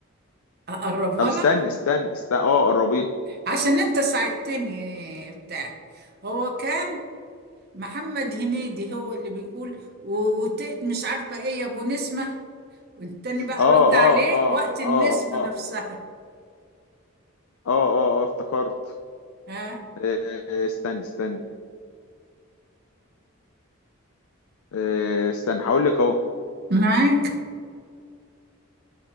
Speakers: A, on the right (about 45°); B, on the left (about 85°).
A: اقربها
B: طب استني
A: لك
B: استني استني اه قربيها
A: عشان انت ساعدتني بتاع هو كان محمد هنيدي هو اللي بيقول و- وت... مش عارفه ايه يا ابو نسمه والتاني بقى
B: اه
A: رد عليه
B: اه اه
A: وقت النسمه
B: اه اه اه
A: نفسها
B: اه اه افتكرت
A: ها
B: ايه، ايه، إيه، استني استني ايه، استني هقول لك اهو
A: معاك